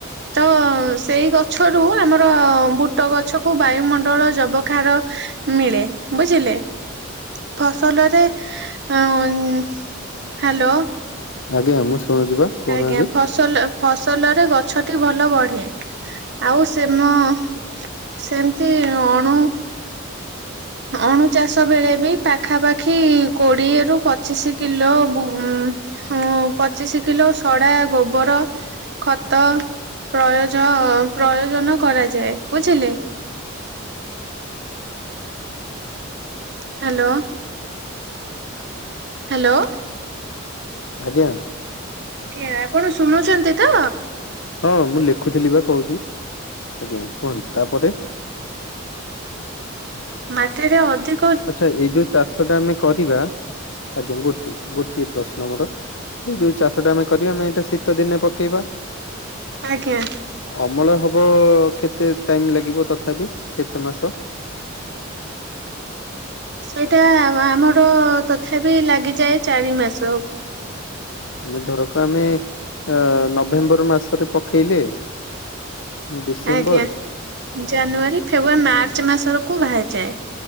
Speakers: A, on the right (about 55°); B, on the left (about 70°).
A: ତ ସେଇ ଗଛରୁୁ ଆମର ବୁଟ ଗଛକୁୁ ବାୟୁମଣ୍ଡଳ ଜବଖାର- - ମିଳେ, ବୁଝିଲେ? ଫସଲରେ ଉଁ -- ହ୍ୟାଲୋ
B: ଆଜ୍ଞା ମୁଁ ଶୁଣୁଛି ବା। କହୁନାହାନ୍ତି
A: ଆଜ୍ଞା, ଫସ -- ଫସଲ ଫସଲରେ ଗଛଟି ଭଲ ବଢେ। ଆଉ ସେମ- - ସେମତି ଅଣୁ ଅଣୁ ଚାଷ ବେଳେ ବି ପାଖାପାଖି କୋଡିଏରୁୁ ପଚିଶି କିଲୋ ଗୁ ଉଁ ହଁ ପଚିଶି କିଲୋ ସଡା ଗୋବର ଖତ ପ୍ରୟଜ ପ୍ରୟୋଜନ କରାଯାଏ। ବୁଝିଲେ? ହ୍ୟାଲୋ ହ୍ୟାଲୋ
B: ଆଜ୍ଞା
A: ଆଜ୍ଞା, ଆପଣ ଶୁଣୁଚନ୍ତି ତ।
B: ହଁ ମୁଁ ଲେଖୁଥିଲି ବା କହୁଚି ଆଜ୍ଞା, କୁହନ୍ତୁ ତାପରେ?
A: ମାଟିରେ ଅଧିକ --
B: ଆଚ୍ଛା ଏଇ ଯୋଉ ଚାଷଟା ଆମେ କରିବା ଆଜ୍ଞା ଗୋଟେ ଗୋଟିଏ ପ୍ରଶ୍ନ ମୋର ଏଯୋଉ ଚାଷଟା ଆମେ କରିବା ଆମେ ଏଇଟା ଶୀତ ଦିନେ ପକେଇବା?
A: ଆଜ୍ଞା।
B: ଅମଳ ହବ କେତେ ଟାଇମ୍ ଲାଗିବ ତଥାପି କେତେ ମାସ?
A: ସେଇଟା ଆମର ତଥାପି ଲାଗିଯାଏ ଚାରି ମାସ।
B: ମାନେ ଧରକ ଆମେ ଅ ନଭେମ୍ବର ମାସରେ ପକେଇଲେ ଡିସେମ୍ବର
A: ଆଜ୍ଞା ଜାନୁଆରୀ ଫେବୃଆାରୀ ମାର୍ଚ୍ଚ ମାସକୁ ବାହାରିଯାଏ।